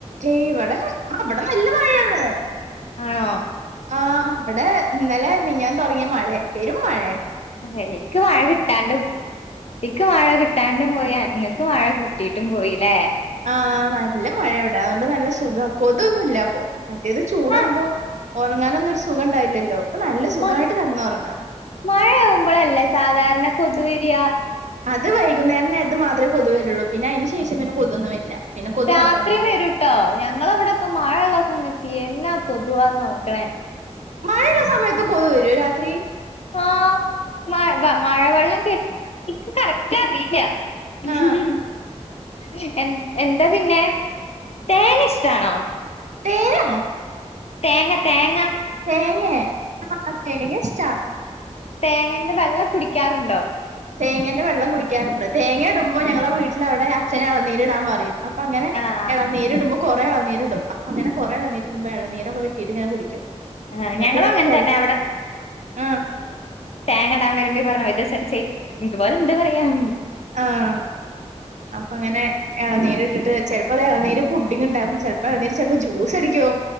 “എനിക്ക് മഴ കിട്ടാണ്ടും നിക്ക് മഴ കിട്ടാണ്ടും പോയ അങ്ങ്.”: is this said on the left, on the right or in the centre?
Left